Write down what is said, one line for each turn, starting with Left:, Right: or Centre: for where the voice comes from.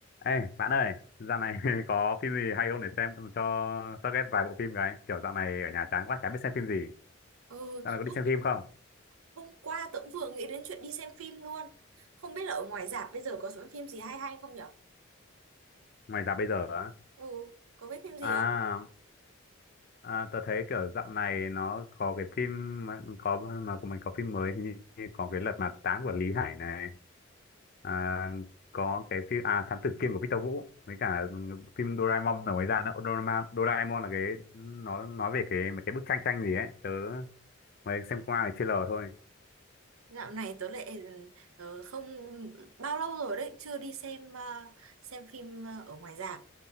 Left: Ê, bạn ơi, dạo này <laughs> có phim gì hay không để xem cho suggest vài bộ phim cái. Kiểu dạo này ở nhà chán quá, chả biết xem phim gì.
Right: Ừ,
Left: Dạo này có đi
Right: ô,
Left: xem phim không?
Right: hôm qua tớ cũng vừa nghĩ đến chuyện đi xem phim luôn. Không biết là ở ngoài rạp bây giờ có sẵn phim gì hay hay không nhở?
Left: Ngoài dạo bây giờ á.
Right: Ừ, có biết phim gì
Left: À,
Right: không?
Left: à, tớ thấy kiểu dạo này nó có cái phim, mà- có nó của mình có phim mới, hình như như có cái Lật Mặt Tám của Lý Hải này. À, có cái phim, à, Thám Tử Kiên của Victor Vũ. Với cả phim Doraemon là mới ra nữa. Doraemon, Doraemon là cái, nó nói về cái mấy cái bức tranh tranh gì ấy. Tớ mới xem qua cái trailer thôi.
Right: Dạo này tớ lại ờ, không bao lâu rồi đấy chưa đi xem ờ, xem phim ờ, ở ngoài rạp.